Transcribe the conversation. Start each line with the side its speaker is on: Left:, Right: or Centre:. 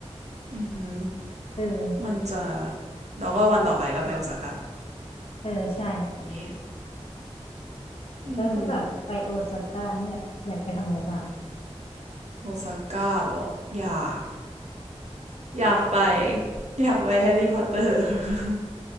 Right: อือหือ
Left: เออ
Right: มันจะแล้วก็วันต่อไปก็ไปโอซาก้า
Left: เออใช่
Right: นี้อืม
Left: แล้วถ้าแบบไปโอซาก้าเนี่ยอยากไปทำอะไรบ้าง
Right: โอซาก้าเหรออยากอยากไปอยากไปแฮร์รี่พ <laughs> อตเตอร์ <laughs>